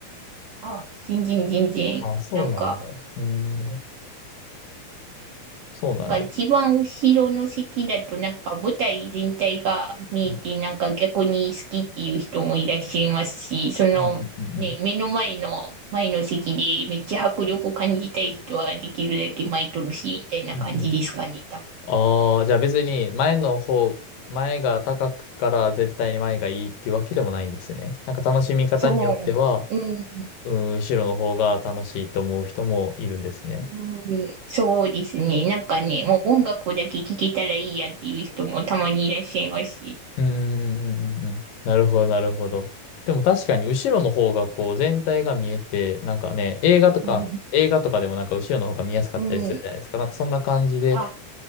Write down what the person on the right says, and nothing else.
あ、全然全然。
なんか、
なんか一番後ろの席だとなんか舞台全体が見えてなんか逆に好きっていう人もいらっしゃいますし、
そのね、
目の前の前の席でめっちゃ迫力を感じたい人はできるだけ巻いとるし、みたいな感じですかね。
多分
そう。うん、
うん、そうですね。なんかね、もう音楽だけ聴けたらいいやっていう人もたまにいらっしゃいますし。
うん、
うん、
あ、